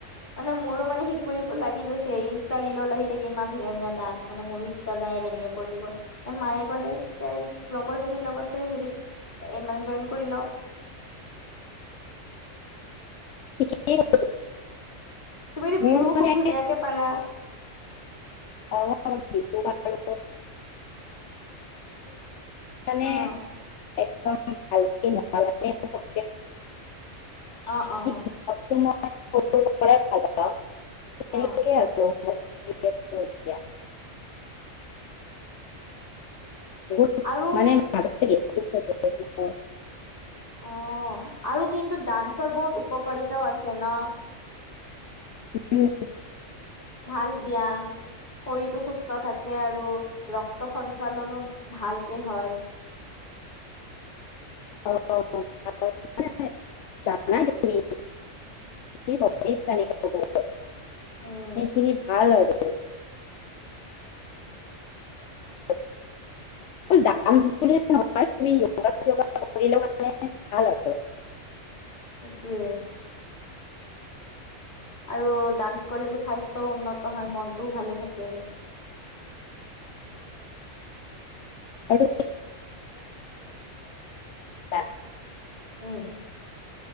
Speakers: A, on the left; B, on the left.
A: মানে মোৰো মানে শিকো, শিকো লাগি গৈছে ইনষ্টা ৰিলত আহি থাকে ইমান ধুনীয়া ধুনীয়া ডান্স মানে, মোৰো ইচ্ছা যায় আৰু তেনেকে কৰিব। এ মায়ে ক'লে তই লগৰ জনীৰ লগতে হেৰিত এ মানে জইন কৰি ল।
B: ঠিকেই কৈছে। <unintelligible>
A: তুমিতো
B: মোৰ
A: বিহু
B: মানে
A: খুব ধুনীয়াকে পাৰা।
B: অ', বিহু পাৰো মে
A: অ',
B: একদ ভ <unintelligible>
A: অ'অ'
B: শিক্ষকটো মই সৰুৰ পৰাই ভাল পাওঁ
A: অ',
B: তেনেকে আৰু <unintelligible> আছো এতিয়া বহুত
A: আৰু
B: <unintelligible>
A: অ' আৰু কিন্তু ডান্সৰ বহুত উপকাৰিতাও আছে ন।
B: উম,
A: ভাল ব্যায়াম। শৰীৰটো সুস্থ থাকে আৰু ৰক্ত সঞ্চালনো ভালকে হয়।
B: অ', ভাল মানে জানাই তোমি। <unintelligible> <unintelligible>
A: উম
B: সেইখিনি ভাল আৰু। <unintelligible> অ' ডান্স বুলিয় নহয় তুমি যোগা চোগা কৰিলে মানে ভাল আৰু। <unintelligible>
A: সেইটোৱে। আৰু ডান্স কৰিলেতো স্বাস্থ্যও উন্নত হয় মনতটোও ভালে থাকে। <inaudible>
B: ভাব <unintelligible>
A: উম,